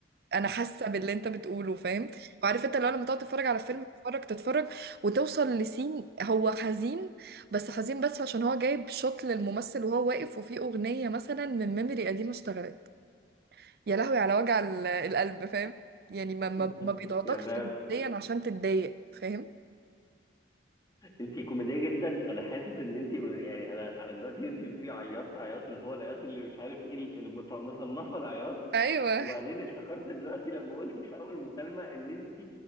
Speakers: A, on the right; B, on the left.
A: انا حاسة باللي انت بتقوله فاهم وعارف انت لو لما تقعد تتفرج على فيلم تتفرج تتفرج وتوصل لسين هو حزين بس حزين بس عشان هو جايب شوت للممثل وهو واقف وفي اغنية مثلا من ميموري قديمة اشتغلت يا لهوي على وجع ال- القلب فاهم يعني ما
B: <laughs>
A: ما, ما بيضغطكش
B: يعني أنا-
A: نفسيا عشان تتضايق فاهم
B: انت كوميديه جدا انا حاسس ان انت يعني انا انا دلوقتي انت بتقولي عيطت عياط اللي هو العياط اللي مش عارف ايه اللي اللي مت- مصنفه العياط
A: ايوه
B: وبعدين افتكرت دلوقتي لما قلتي في اول مكالمه ان انت